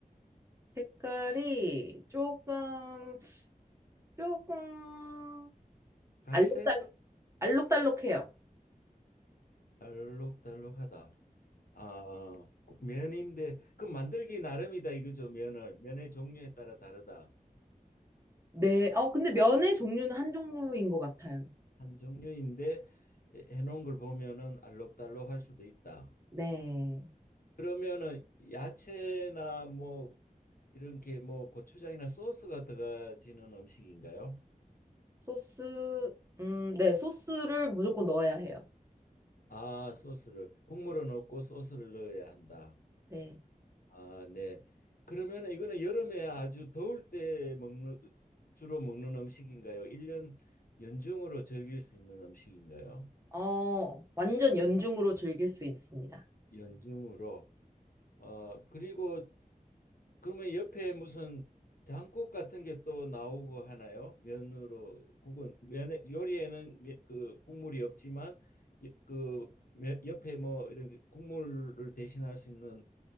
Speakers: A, on the right; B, on the left.
A: 색깔이 조금, 조금
B: 갈색?
A: 알록달록, 알록달록해요.
B: 알록달록하다. 아, 그 면인데 그 만들기 나름이다 이거죠. 면을 면의 종류에 따라 다르다.
A: 네. 어, 근데 면의 종류는 한 종류인 것 같아요.
B: 한 종류인데 해- 해놓은 걸 보면은 알록달록할 수도 있다.
A: 네.
B: 그러면은 야채나 뭐 이렇게 뭐 고추장이나 소스가 들어가지는 음식인가요?
A: 소스, 음, 네. 소스를 무조건 넣어야 해요.
B: 아, 소스를 국물을 넣고 소스를 넣어야 한다.
A: 네.
B: 아, 네. 그러면 이거는 여름에 아주 더울 때 먹는 주로 먹는 음식인가요? 일년 연중으로 즐길 수 있는 음식인가요?
A: 어, 완전 연중으로 즐길 수 있습니다.
B: 연중으로. 어, 그리고 그러면 옆에 무슨 장국 같은 게 또 나오고 하나요? 면으로 국은 면에 요리에는 미- 그 국물이 없지만 여- 그 면- 옆에 뭐 이런 국물을 대신할 수 있는